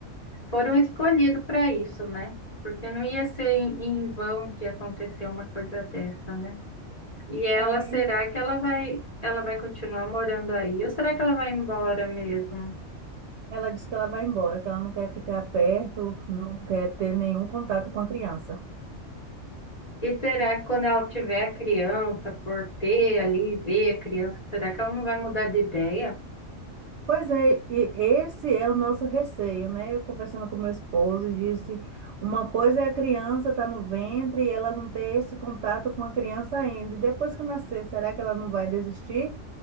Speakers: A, on the left; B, on the right.
A: foram escolhidos para isso, né? Porque não ia ser em, em vão que aconteceu uma coisa dessa, né? E ela,
B: É,
A: será que ela vai, ela vai continuar morando aí? Ou será que ela vai embora mesmo?
B: ela disse que ela vai embora, que ela não quer ficar perto, não quer ter nenhum contato com a criança.
A: E será que quando ela tiver a criança, por ter ali, ver a criança, será que ela não vai mudar de ideia?
B: Pois é, e esse é o nosso receio, né? Eu conversando com meu esposo, disse, uma coisa é a criança estar no ventre e ela não ter esse contato com a criança ainda. E depois que nascer, será que ela não vai desistir?